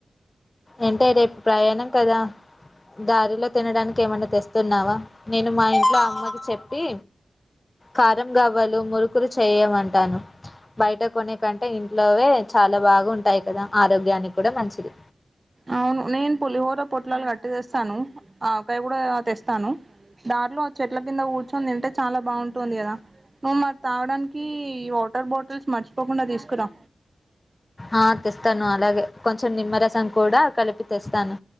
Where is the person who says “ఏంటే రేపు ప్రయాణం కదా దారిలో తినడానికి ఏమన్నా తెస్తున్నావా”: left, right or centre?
Left